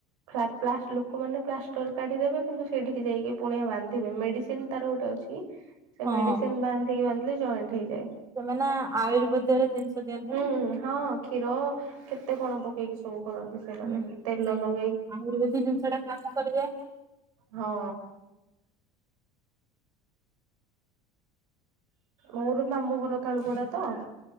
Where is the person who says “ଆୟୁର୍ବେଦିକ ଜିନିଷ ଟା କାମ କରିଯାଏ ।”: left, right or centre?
Right